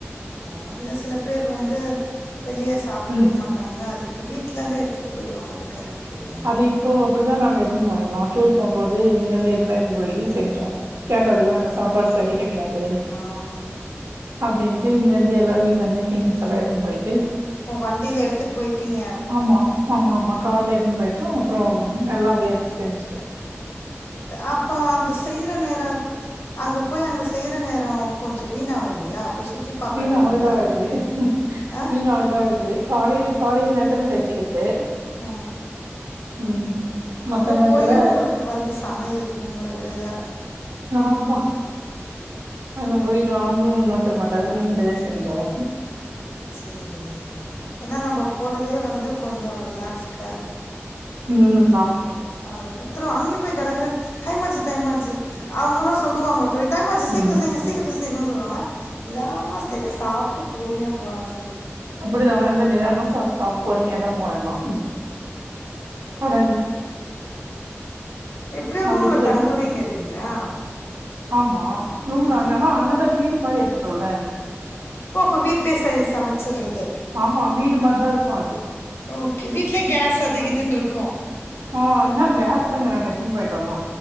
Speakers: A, on the left; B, on the right.
A: <unintelligible> சில பேர் வந்து வெளியே சாப்பிடவே
B: ம்
A: மாட்டாங்க அது வீட்லயிந்தே எ த்துட்டு போயிவாங்க அதுக்காக கேட்டேங்க.
B: அது இப்போ அப்படிதான் நாங்க எதுன்னு போனலாம் டூர் போம்போது இங்கயிருந்துந்த எது போயி செஞ்சோம் கேரளல்லாம் அங்க சாப்பாடு சரி கிடையாது
A: ஆமாங்க.
B: அப்படின்ட்டு இங்கிந்து எல்லாம் வீட்டுல இருந்து திங்ஸ் எல்லாம் எடுத்துடு போயிட்டு
A: ஓ! வண்டியில எடுத்துட்டு போயிட்டீங்க.
B: ஆமா ஆமா ஆமா கார்லே எதுன்னு போய் அப்புறம் எல்லா அப்டியே செஞ்சுட்டோம்
A: அப்ப அந்த செய்யற நேர அங்க போய் அங்க செய்யற நேரம் கொஞ்சம் வீணாகும் இல்லையா அப்ப சுத்தி பார்க்கறத
B: வீன் ஆகதான்
A: விட.
B: ஆது
A: ஆ?
B: வீன் ஆகுதகுது காலயி காலையில நேரத்துல செஞ்சுக்கிறது
A: ஆ.
B: உம் மத்த
A: அங்க
B: நேரத்துல
A: போயும் உங்களுக்கு வந்து சமையல் உங்கள விடல.
B: ஆமா அங்க போய் நாமுலும் இன்னோருத்தர் மாட் ண்டுவே செஞ்சோம்
A: சரி. ஏன்னா நம்ம போறதே வந்து கொஞ்சம் ரிலாக்ஸ்க
B: உம்
A: ஜோ அதுக்கு இதரோ அங்கயும் போய் கடகடனு டைம் ஆச்சு டைம் ஆச்சு அவங்களா சொல்லுவாங்களா டைம்ச்சு சீக்கிரம்பி
B: ம்
A: சீக்கிரம் சீ செய்க சொல்லுவாங்க நிதானமா செய்ய சாப்பிட்டு பூர்மியா போலான்
B: அப்படி தான நல்ல-நல்ல நிதானமா சாப்ப சாப்பி போருமேதான் போறிடலாம் அத
A: எப்படியோ
B: மதியத்துக்கு
A: ரூம்ல தங்குவீங்க இல்லைங்களா
B: ஆமா ரூம்லங்கஹ
A: ஆ.
B: அங்கதான் வீடு மாரி ஏத்துட்டும் சொல்ல
A: ஓ அப்ப வீட்லயே செரி சமைச்சறது
B: ஆமா வீடு மாரிதா இருக்கு அது
A: ஓகே வீடலய கேஸ் அதுகிது இருக்கு
B: ஆஹ் ஏா கேஸ் எங்க நாங்க எத்து போயிட்டே அதுல